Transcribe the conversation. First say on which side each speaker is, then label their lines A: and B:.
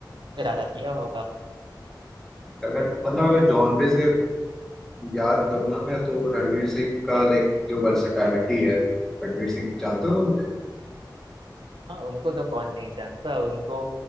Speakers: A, on the right; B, in the centre.
A: इरादा किया होगा
B: अगर मतलब अगर जॉनर से याद करूँ ना मैं तो रणवीर सिंह का लाइक जो वर्सेटैलिटी है रणवीर सिंह जानते हो तुम उन्हें
A: हाँ उनको तो कौन नहीं जानता उनको